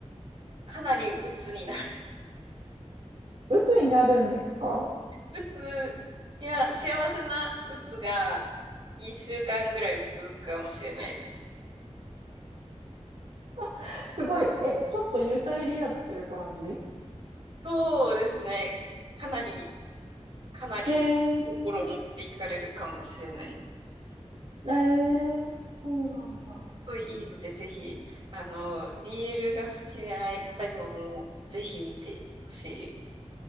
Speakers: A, on the right (about 50°); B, on the right (about 70°).
A: かなり鬱になる。
B: 鬱になるんですか
A: 鬱、いや、幸せな鬱が一週間ぐらい続くかもしれないです。
B: <laughs> すごい、え、ちょっと幽体離脱する感じ
A: そうですね。かなり、かなり心を持っていかれるかもしれない。
B: えー、
A: す
B: えー、そうなんだ。あ
A: ごいいいので、ぜひ、あの、ビールが好きじゃない方にももう、ぜひ見てほしい